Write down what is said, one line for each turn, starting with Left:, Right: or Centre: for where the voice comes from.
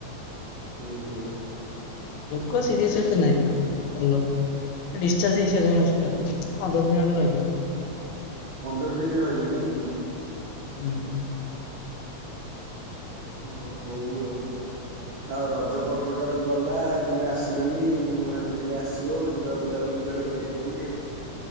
Right: ଓ ହୋ ହୋ।
Left: ଲୋକ ସିରିୟସ ଏତେ ନାଇଁ ଭଲ ଡିସଚାର୍ଜ ହେଇ ସାରିଲାଣି ହସପିଟାଲରୁ ପନ୍ଦର ଦିନ ଖଣ୍ଡେ ରହିଲେ।
Right: ପନ୍ଦର ଦିନ ରହିଲେ ନାଇଁ କି?
Left: ହୁଁ।
Right: ଓ ହଉ ଆଉ ଆଉ ରଜ ପର୍ବଟା ତ ଗଲା ତମେ ଆସିଲନି ମୁଁ ଭାବି ଆସିବ ଆଉ ଯିବା ବୁଲାବୁଲି କୁଆେ କରିବା। ବୋଲି ଆଉ।